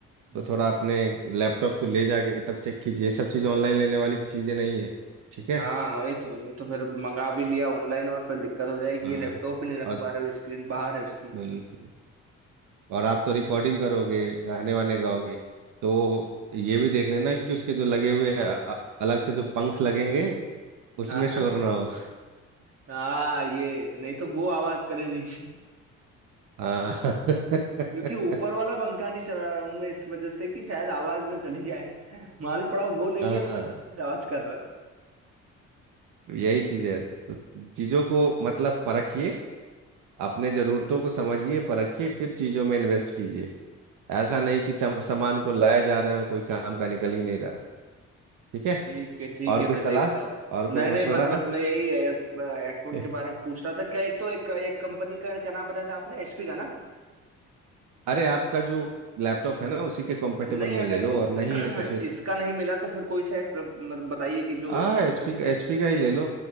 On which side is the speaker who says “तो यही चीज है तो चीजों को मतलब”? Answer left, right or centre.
Right